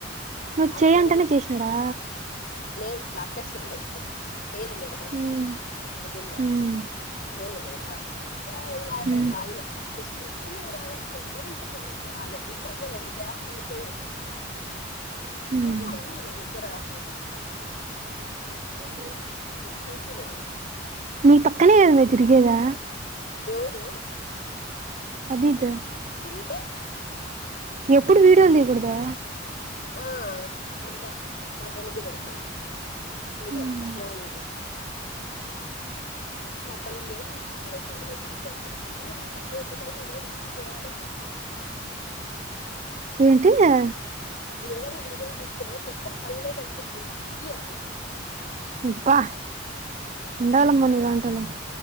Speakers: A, on the right; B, on the left.
A: నువ్వు
B: ఆకిలోనే
A: చేయంటేనే చేసినాడా
B: లేదు లాక్కచ్చినాలే చైన్ అన్నాడు ఫస్ట్
A: ఉమ్
B: పెట్టిందిలకి
A: ఉమ్
B: చైన్ అన్నాడు ఆ ఏం కాదని
A: ఉమ్
B: లాగిన శశి వద్దలేరా వాడ్ చెయ్యాలంటున్నాడు కదా ఆన బోన్దలేండీ జాస్ అ చేయాలి చెప్న
A: ఉమ్
B: ఇంకా ఉన్నాయి నా దగ్గర చూ
A: ఆహ్
B: ఉమ్ చూపి లేదు నేను.
A: నీ పక్కనే ఆమె తిరిగేదా.
B: ఎవరు
A: అబీతో
B: తిరుగుతే
A: ఎప్పుడు వీడియోలు తీయకూడదా.
B: ఆహ్ బోందా మాట్లాడ్నికే సరిపోదు. వీడియోలు
A: ఉమ్
B: అంటా ఫోన్ లు. నా పని లేట్ అనిపిస్తాలే స్వామి నా ముఖం అంతా చీ అనిపిస్తది ఒకసారి వీడియో తీసుకుంటే ఏమైనా.
A: ఎంటియా
B: ఏదైనా వీడియో చూస్తే మొత్తం పల్లె కనిపిస్తయి ఈ అని
A: అప్పా ఎండళం మని ర దలం